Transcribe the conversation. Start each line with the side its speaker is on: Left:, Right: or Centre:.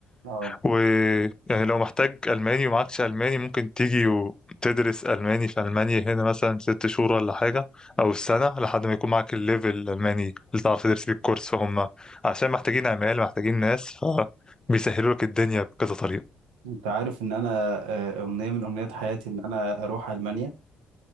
Right: اه
Left: ويعني لو محتاج الماني ومعكش الماني ممكن تيجي وتدرس الماني في المانيا هنا مثلا ست شهور ولا حاجه او سنه لحد ما يكون معاك الليفل الالماني اللي تعرف تدرس بيه الكورس فهم عشان محتاجين عمال محتاجين ناس فبيسهلوا لك الدنيا بكذا طريقه
Right: انت عارف ان انا آه، امنيه من امنيات حياتي ان انا اروح المانيا